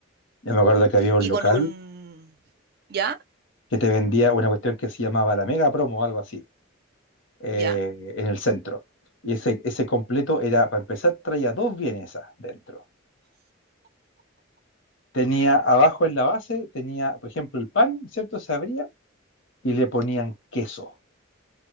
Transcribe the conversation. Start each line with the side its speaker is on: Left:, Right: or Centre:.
Left: ya me acuerdo que había un
Right: Y
Left: local
Right: con un... ¿Ya?
Left: que te vendía una cuestión que se llamaba la Mega Promo o algo así, eh,
Right: ¿Ya?
Left: en el centro. Y ese, ese completo era, para empezar, traía dos vienesas dentro tenía abajo en la base, tenía, por ejemplo, el pan, ¿cierto? Se abría y le ponían queso.